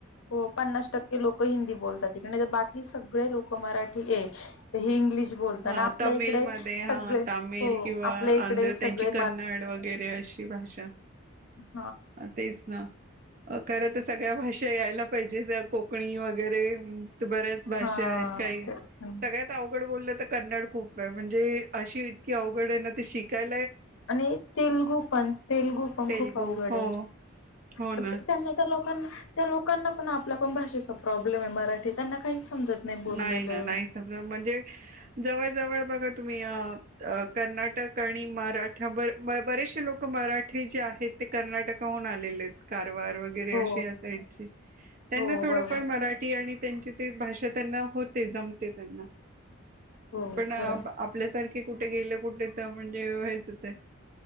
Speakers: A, on the left; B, on the right.
A: हो पन्नास टक्के लोक हिंदी बोलतात नही बाकी सगळे लोक मराठी आहे हे इंग्लिश बोलतात
B: हा
A: आणि आपल्या
B: तमिळ
A: इकडे
B: मध्ये हा
A: सगळे
B: तामिळ
A: हो
B: मध्ये किंवा
A: आपल्या इकडे
B: आंध्र त्यांची
A: सगळे
B: कन्नड व गैरे अ ही भाषा
A: ह
B: हा तेच ना खरं तर सगळ्या भाषा यायला पाहिजे कोकणी वगैरे.. बऱ्याच भाषा
A: हा
B: आहेत काही
A: ते पण.
B: सगळ्यात अवघड बोललं. कन्नड खूप आहे म्हणजे अशी इतकी अवघड आहे ना ते शिकाय..
A: आणि तेलगू पण तेलगू पण
B: तेलगू
A: खूप अवघड..
B: हो हो ना
A: त्यां त्या लोकां त्या लोकांना. पण आपल्या कोण भाषेचा प्रॉब्लेम आहे मराठी त्यांना काहीच.. समजत बोललेलं.
B: नाही ना नाही समजा म्हणजे जवळ जवळ... बघा तुम्ही कर्नाटक आणि मराठा बरेचसे लोक मराठी जे.. आहेत ते कर्नाटकाहून आलेले काल.. वरे
A: हो
B: सा त्यांना
A: हो
B: थोडफार
A: बरोबर
B: मराठी त्यां भाषा.. त्यांना होते जमते त्यांना
A: हो
B: पण
A: खरं
B: आपल्यासारखे. कुठे गेलं कुठे म्हणजे व्हायचं ते